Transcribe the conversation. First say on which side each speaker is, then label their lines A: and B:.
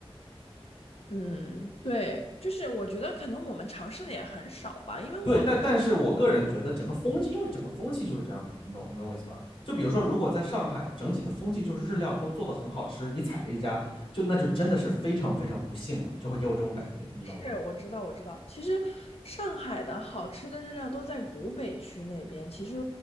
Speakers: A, on the left; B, on the left.
A: 嗯，对，就是我觉得可能我们尝试的也很少吧，因为我
B: 对，但但是我个人觉得整个风气，因为整个风气就是这样的，你懂你懂我意思吧？就比如说，如果在上海整体的风气就是日料都做得很好吃，你踩了一家，就那就真的是非常非常不幸了，就会给我这种感觉，你知道吧？
A: 是，我知道，我知道。其实上海的好吃的日料都在古北区那边。其实